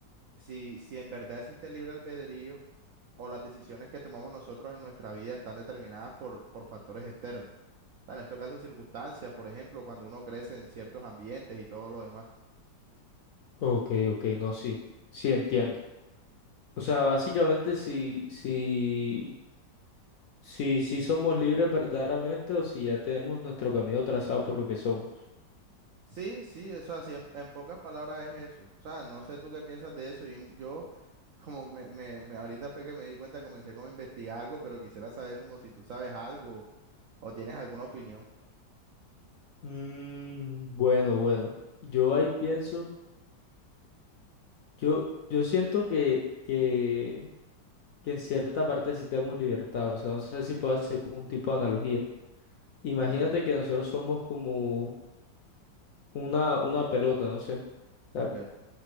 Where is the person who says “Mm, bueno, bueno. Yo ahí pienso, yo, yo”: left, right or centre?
Left